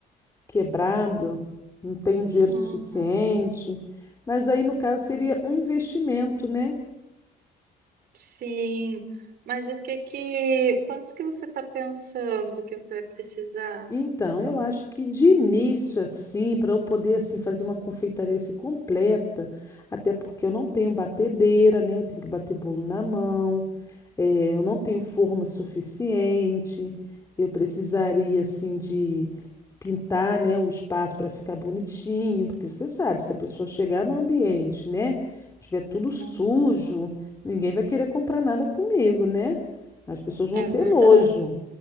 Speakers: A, on the left; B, on the right.
A: quebrado, não tenho dinheiro
B: Uhum.
A: suficiente. Mas aí, no caso, seria um investimento, né?
B: Sim. Mas o que que, quantos que você está pensando que você vai precisar?
A: Então, eu acho que de início, assim, para eu poder assim, fazer uma confeitaria assim, completa, até porque eu não tenho batedeira, né? Eu tenho que bater bolo na mão. É, eu não tenho forma suficiente. Eu precisaria, assim, de pintar, né, o espaço para ficar bonitinho, porque você sabe, se a pessoa chegar no ambiente, né, tiver tudo sujo,
B: Uhum.
A: ninguém vai querer comprar nada comigo, né? As pessoas vão
B: É
A: ter
B: verdade.
A: nojo.